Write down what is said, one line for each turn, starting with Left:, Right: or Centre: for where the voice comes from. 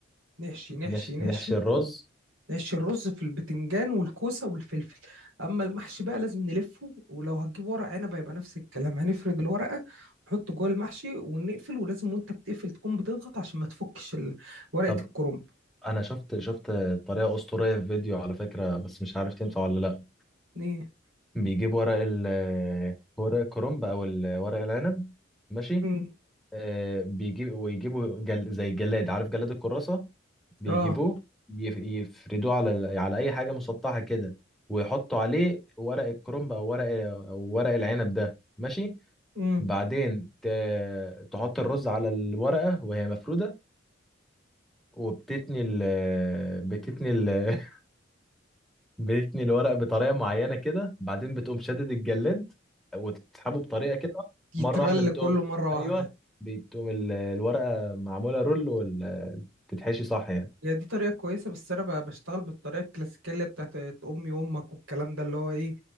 Right: نحشي نحشي
Centre: نحشي,
Right: نحشي
Centre: نحشي الرز
Right: نحشي الرز في البتنجان والكوسة والفلفل اما المحشي بقى لازم نلفه ولو هتجيب ورق عنب هيبقى نفس الكلام هنفرد الورقة نحطه جوه المحشي ونقفل ولازم وانت بتقفل تكون بتضغط عشان ما تفكش ال- ورقة
Centre: طب
Right: الكرنب
Centre: انا شفت شفت طريقه اسطوريه في فيديو على فكره بس مش عارف تنفع ولا لا
Right: ايه
Centre: بيجيب ورق ال آه، ورق الكرنب او ال- ورق العنب ماشي
Right: امم
Centre: آه، بيجيب ويجيبوا جل... زي جلاد عارف جلاد الكراسة بيجيبوه
Right: اه
Centre: يف... يفردوه على ال- على أي حاجة مسطحة كده ويحطوا عليه ورق الكرنب أو ورق أو ورق العنب ده ماشي
Right: مم.
Centre: بعدين ت... تحط الرز على الورقة وهي مفرودة وبتتني ال... بتتني ال... <laughs> بتثني الورق بطريقه معينه كده بعدين بتقوم شادد الجلاد وتسحبه بطريقه كده
Right: فيترل
Centre: مره واحده بتقوم
Right: كله مرة
Centre: ايوه
Right: واحدة
Centre: بتقوم ال- الورقه معموله رول وال تتحشي صح يعني
Right: هي دي طريقة كويسة بس أنا ب- بشتغل بالطريقة الكلاسيكية اللي بتاعت أمي وأمك والكلام ده اللي هو إيه